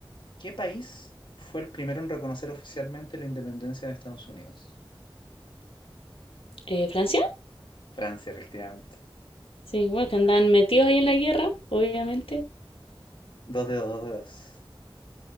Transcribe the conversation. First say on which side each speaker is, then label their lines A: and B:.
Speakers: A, on the left; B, on the left.
A: ¿Qué país fue el primero en reconocer oficialmente la independencia de Estados Unidos?
B: Eh, ¿Francia?
A: Francia, efectivamente.
B: Sí, bueno, que andan metidos ahí en la guerra, obviamente.
A: Dos dedos, dos dedos.